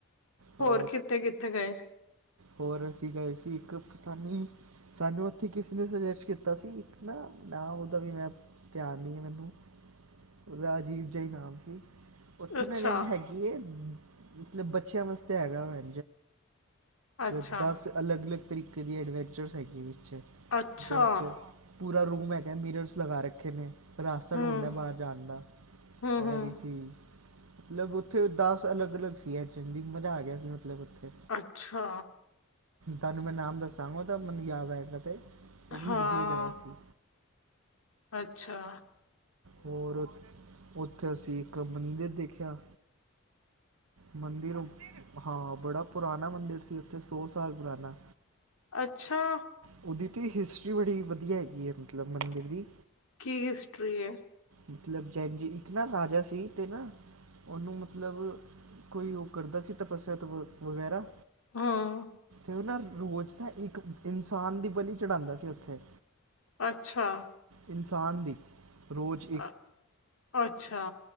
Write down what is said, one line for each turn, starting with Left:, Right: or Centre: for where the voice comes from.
Right: ਔਰ
Left: ਹੋਰ ਕਿੱਥੇ ਕਿੱਥੇ ਗਏ।
Right: ਹੋਰ, ਅਸੀਂ ਗਏ ਸੀ ਇੱਕ ਪਤਾ ਨੀ। ਸਾਨੂੰ, ਉੱਥੇ ਕਿਸੇ ਨੇ ਸਜੈਸ਼ਟ ਕੀਤਾ ਸੀ ਇੱਕ ਨਾ ਨਾ ਉਹਦਾ ਵੀ ਧਿਆਨ ਨਹੀਂ ਮੈਨੂੰ। ਰਾਜੀਵ ਜਾ ਈ ਨਾਮ ਸੀ ਉੱਥੇ
Left: ਅੱਛਾ,
Right: ਨਾ <unintelligible> ਹੈਗੇ ਇਹ, ਮਤਲਬ ਬੱਚਿਆਂ ਵਸਤੇ ਹੈਗਾ ਵਾ
Left: ਅੱਛਾ,
Right: <unintelligible> ਦਸ। ਅਲੱਗ ਅਲੱਗ, ਤਰੀਕੇ ਦੀ ਐਡਵੈਂਚਰਸ ਹੈਗੀਆਂ ਵਿੱਚ
Left: ਅੱਛਾ,
Right: ਜਿਹਦੇ ਚ। ਪੂਰਾ ਰੂਮ ਹੈਗਾ ਮਿਰਰਸ ਲਗਾ ਰੱਖੇ ਨੇ ਰਾਸਤਾ
Left: ਹੂੰ,
Right: ਡੂਂਢਨਾ ਬਾਹਰ ਜਾਣ ਦਾ
Left: ਹੂੰ-ਹੂੰ,
Right: ਇਹ ਵੀ ਸੀ। ਮਤਲਬ ਉੱਥੇ ਦੱਸ ਅਲੱਗ ਅਲੱਗ ਸੀ ਐਚ ਏਂਦੀ ਮਜ਼ਾ ਆ ਗਿਆ ਸੀ ਮਤਲਬ ਉੱਥੇ।
Left: ਅੱਛਾ।
Right: ਤੁਹਾਨੂੰ ਮੈਂ ਨਾਮ ਦੱਸਾਂਗਾ ਓਹਦਾ ਮੈਨੂੰ ਯਾਦ ਆਏਗਾ ਤੇ ਉਹ ਵੀ
Left: ਹਾਂ,
Right: ਵਧੀਆ ਜਗ੍ਹਾ ਸੀ।
Left: ਅੱਛਾ।
Right: ਹੋਰ ਓਥੇ ਅਸੀਂ ਇੱਕ ਮੰਦਿਰ ਦੇਖਿਆ। ਮੰਦਿਰ ਹਾਂ ਬੜਾ ਪੁਰਾਣਾ ਮੰਦਿਰ ਸੀ ਉੱਥੇ ਸੌ ਸਾਲ ਪੁਰਾਣਾ
Left: ਅੱਛਾ
Right: ਉਹਦੀ ਤਾਂ ਹਿਸਟਰੀ ਬੜੀ ਵਧੀਆ ਹੈਗੀ ਐ ਮਤਲਬ ਮੰਦਿਰ ਦੀ
Left: ਕੀ ਹਿਸਟਰੀ ਐ
Right: ਮਤਲਬ ਜੈਨ ਜੀ ਇੱਕ ਨਾ ਰਾਜਾ ਸੀ ਤੇ ਨਾ। ਉਹਨੂੰ ਮਤਲਬ ਕੋਈ ਉਹ ਕਰਦਾ ਸੀ ਤਪੱਸਿਆ ਵਗੈਰਾ।
Left: ਹਾਂ।
Right: ਤੇ ਨਾਂ ਰੋਜ਼ ਨਾਂ ਇੱਕ ਇਨਸਾਨ ਦੀ ਬਲੀ ਚੜਾਂਦਾ ਸੀ ਉੱਥੇ।
Left: ਅੱਛਾ।
Right: ਇਨਸਾਨ ਦੀ ਰੋਜ
Left: ਅ ਅੱਛਾ।